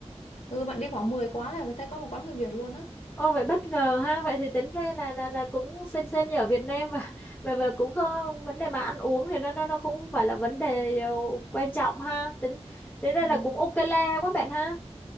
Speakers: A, on the left; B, on the left.
A: ừ bạn đi khoảng 10 quán là thấy có một quán người Việt luôn á
B: Ô vậy bất ngờ ha, vậy thì tính ra là là là cũng xem xem như ở Việt Nam và và và <laughs> cũng không vấn đề mà ăn uống thì nó nó nó cũng không phải là vấn đề ờ, quan trọng ha. Tính tính
A: ừ
B: ra là cũng ok le quá bạn ha.